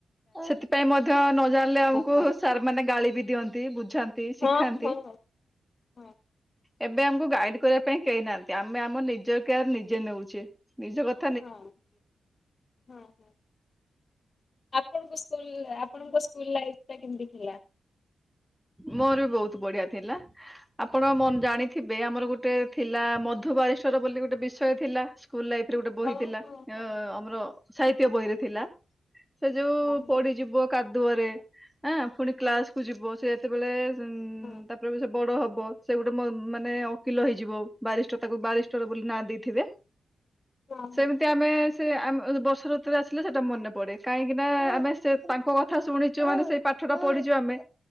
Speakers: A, in the centre; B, on the left (about 50°).
A: ଏଁ ସେଥିପାଇଁ ମଧ୍ୟ ନ ଜାଣିଲେ ଆମକୁ
B: ହଁ
A: ସାର୍ ମାନେ ଗାଳି ବି ଦିଅନ୍ତି ବୁଝା ନ୍ତି ଶିଖାନ୍ତି।
B: ହଁ ହଁ ହଁ।
A: ଏବେ ଆମକୁ ଗାଇଡ୍ କରିବା ପାଇଁ କେହି ନାହାନ୍ତି ଆମେ ଆମ ନିଜ କେୟାର ନିଜେ ନେଉଛେ ନିଜ କ
B: ହଁ ହଁ ହଁ ଆପଣଙ୍କ ସ୍କୁଲ ଆପଣଙ୍କ ସ୍କୁଲ ଲାଇଫ୍ ଟା କେମିତି ଥିଲା?
A: ମୋର ବି ବହୁତ ବଢିଆ ଥିଲା ଆପଣ ମନ୍ ଜାଣିଥିବେ ଆମର ଗୋଟେ ଥିଲା ମଧୁବାରିଷ୍ଟର ବୋଲି ଗୋଟେ ବିଷୟ ଥିଲା ସ୍କୁଲ ଲାଇଫ୍ ରେ ଗୋଟେ ବହି
B: ହଁ
A: ଥିଲା।
B: ହଁ ହଁ।
A: ଏଁ ଅ ଅମର ସାହିତ୍ୟ ବହିରେ ଥିଲା ସେ ଯୋଉ
B: ହଁ ହଁ
A: ପଡି଼ଯିବ କାଦୁଅରେ ହଁ ପୁଣି କ୍ଲାସ କୁ ଯିବ ସେ ଯେତେବେଳେ ଉଁ
B: ହଁ
A: ତାପରେ ବି ସେ ବଡ଼ ହବ ସେ ଗୋଟେ ମ ମାନେ ଓକିଲ ହେଇଯିବ ବାଲିଷ୍ଟର ତାକୁ ବାରିଷ୍ଟର ବୋଲି ନାଁ ଦେଇଥିବେ।
B: ହଁ
A: ସେମିତି ଆମେ ସେ ଆମେ ବର୍ଷା ଋତୁରେ ଆସିଲେ ସେଟା ମନେ ପଡେ କାହିଁକି ନା ଆମେ ସେ ତାଙ୍କ କଥା ଶୁଣିଛୁ ମାନେ ସେ ପାଠ ଟା ପଢି଼ଛୁ ଆମେ